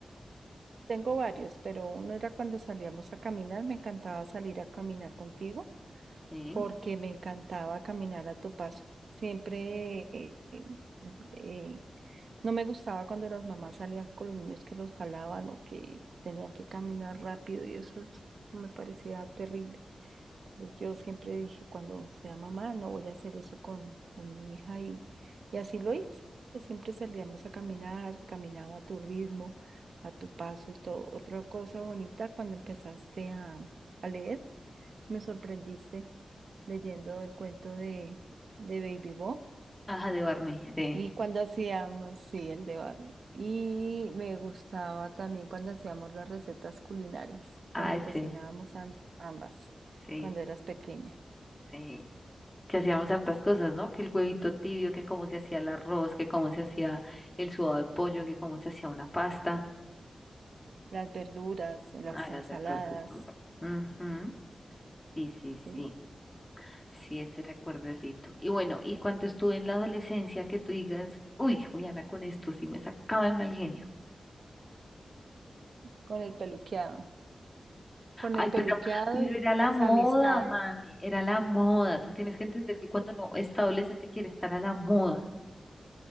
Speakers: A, on the right; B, on the left.
A: Tengo varios, pero uno era cuando salíamos a caminar, me encantaba salir a caminar contigo
B: Sí.
A: porque me encantaba caminar a tu paso. Siempre eh, eh, no me gustaba cuando las mamás salían con los niños que los jalaban o que tenían que caminar rápido y eso es- me parecía terrible. Yo siempre dije, cuando sea mamá, no voy a hacer eso con, con mi hija y, y así lo hice. Siempre salíamos a caminar, caminaba a tu ritmo, a tu paso y todo. Otra cosa bonita, cuando empezaste a, a leer, me sorprendiste leyendo el cuento de, de Baby Bo
B: Ajá, de Barney, sí.
A: y cuando hacíamos, sí, el de Barney. Y me gustaba también cuando hacíamos las recetas culinarias,
B: Ay,
A: cuando cocinábamos
B: sí,
A: an- ambas,
B: sí,
A: cuando
B: sí.
A: eras pequeña.
B: sí. Que hacíamos hartas cosas, ¿no? Que el huevito tibio, que cómo se hacía el arroz, que cómo se hacía el sudado de pollo, que cómo se hacía una pasta.
A: las verduras, las
B: Ah, las
A: ensaladas,
B: de todo. Ujú. Sí, sí,
A: sí,
B: sí. Sí, ese recuerdo es lindo. Y bueno, y cuando estuve en la adolescencia, que tú digas, uy, Juliana, con esto sí me sacaba el mal genio.
A: con el peluqueado, con
B: Ay,
A: el
B: pero,
A: peluqueado
B: pero
A: y
B: era
A: con
B: la
A: las
B: moda,
A: amistades.
B: mami, era la moda. Tú tienes que entender que cuando uno está adolescente quiere estar a la moda.